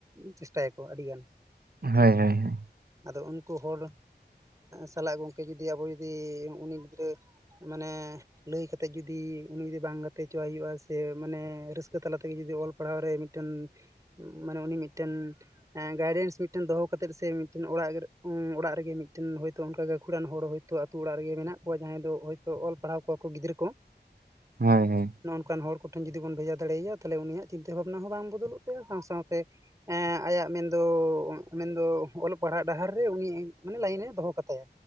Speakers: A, on the right (about 20°); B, on the right (about 60°).
A: ᱪᱮᱥᱴᱟᱭᱟᱠᱚ ᱟᱹᱰᱤᱜᱟᱱ
B: ᱦᱳᱭ ᱦᱳᱭ ᱦᱳᱭ
A: ᱟᱫᱚ ᱩᱱᱠᱩ ᱦᱚᱲ ᱥᱟᱞᱟᱜ ᱜᱚᱝᱠᱮ ᱡᱩᱫᱤ ᱟᱵᱚ ᱡᱩᱫᱤ ᱩᱱᱤ ᱜᱤᱫᱽᱨᱟᱹ ᱢᱟᱱᱮ ᱞᱟᱹᱭ ᱠᱟᱛᱮᱫ ᱡᱩᱫᱤ ᱩᱱᱤ ᱡᱩᱫᱤ ᱵᱟᱝ ᱜᱟᱛᱮ ᱦᱚᱪᱚᱣᱟᱭ ᱦᱩᱭᱩᱜᱼᱟ ᱥᱮ ᱢᱟᱱᱮ ᱨᱟᱹᱥᱠᱟᱹ ᱛᱟᱞᱟ ᱛᱮᱜᱮ ᱡᱩᱫᱤ ᱚᱞ ᱯᱟᱲᱦᱟᱣ ᱨᱮᱭ ᱢᱤᱫᱴᱟᱹᱱ ᱢᱟᱱᱮ ᱩᱱᱤ ᱢᱤᱫᱴᱟᱹᱱ ᱜᱟᱭᱰᱮᱱᱥ ᱢᱤᱫᱴᱮᱱ ᱫᱚᱦᱚ ᱠᱟᱛᱮᱫ ᱥᱮ ᱢᱤᱫᱴᱮᱱ ᱚᱲᱟᱜ ᱚᱲᱟᱜ ᱨᱮᱜᱮ ᱢᱤᱫᱴᱮᱱ ᱦᱚᱭᱛᱳ ᱚᱱᱠᱟ ᱜᱟᱹᱠᱷᱩᱲᱟᱱ ᱦᱚᱲ ᱦᱚᱭ ᱟᱹᱛᱩ ᱟᱹᱛᱩ ᱚᱲᱟᱜ ᱨᱮᱜᱮ ᱢᱮᱱᱟᱜ ᱠᱚᱣᱟ ᱡᱟᱦᱟᱸᱭ ᱫᱚ ᱦᱚᱭᱛᱳ ᱚᱞ ᱯᱟᱲᱦᱟᱣ ᱠᱚᱣᱟ ᱠᱚ ᱜᱤᱫᱽᱨᱟᱹ ᱠᱚ
B: ᱦᱳᱭ ᱦᱳᱭ
A: ᱱᱚᱜᱚᱱᱠᱟᱱ ᱦᱚᱲ ᱠᱚᱴᱷᱮᱱ ᱡᱩᱫᱤ ᱵᱚᱱ ᱵᱷᱮᱡᱟ ᱫᱟᱱᱮᱭᱭᱟ ᱛᱟᱦᱚᱞᱮ ᱩᱱᱤᱭᱟᱜ ᱪᱤᱱᱛᱟ ᱵᱟᱹᱷᱟᱱᱟ ᱦᱚᱸ ᱵᱟᱝ ᱵᱚᱫᱚᱞᱚᱜ ᱛᱟᱭᱟ ᱥᱟᱶ ᱥᱟᱶᱛᱮ ᱟᱭᱟᱜ ᱢᱮᱱᱫᱚ ᱢᱮᱱᱫᱚ ᱚᱞᱚᱜ ᱯᱟᱲᱦᱟᱜ ᱰᱟᱦᱟᱨ ᱨᱮ ᱩᱱᱤ ᱢᱟᱱᱮ ᱞᱟᱭᱤᱱᱮ ᱫᱚᱦᱚ ᱠᱟᱛᱟᱭᱟ